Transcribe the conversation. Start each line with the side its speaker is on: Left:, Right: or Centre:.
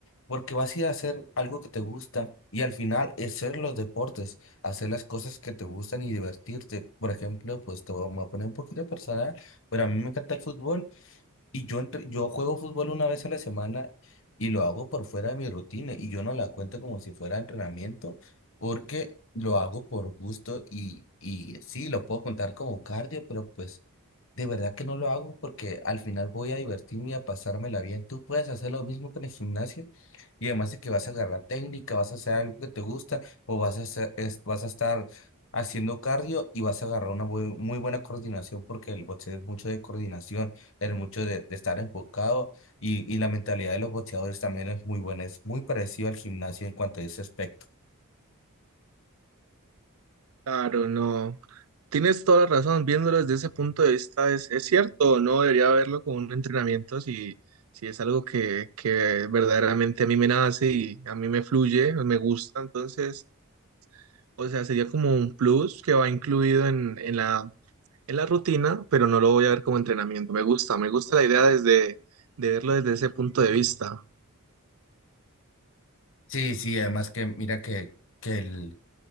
Left: porque vas a ir a hacer algo que te gusta y al final hacer los deportes, hacer las cosas que te gustan y divertirte. Por ejemplo, pues te voy me voy a poner un poquito personal, pero a mí me encanta el fútbol y yo, entre- yo juego fútbol una vez a la semana y lo hago por fuera de mi rutina y yo no la cuento como si fuera entrenamiento porque lo hago por gusto y, y sí, lo puedo contar como cardio, pero pues de verdad que no lo hago porque al final voy a divertirme y a pasármela bien. Tú puedes hacer lo mismo con el gimnasio y además de que vas a agarrar técnica, vas a hacer algo que te gusta o vas a hacer- es- vas a estar haciendo cardio y vas a agarrar una buen- muy buena coordinación porque el boxeo es mucho de coordinación el mucho de, de estar enfocado y, y la mentalidad de los boxeadores también es muy buena, es muy parecido al gimnasio en cuanto a ese aspecto.
Right: Claro, no. Tienes toda la razón, viéndolo desde ese punto de vista es, es cierto, no debería verlo como un entrenamiento si, si es algo que, que verdaderamente a mí me nace y a mí me fluye, me gusta, entonces, o sea, sería como un plus que va incluido en, en la, en la rutina, pero no lo voy a ver como entrenamiento. Me gusta, me gusta la idea desde, de verlo desde ese punto de vista.
Left: Sí, sí, además que mira que, que el,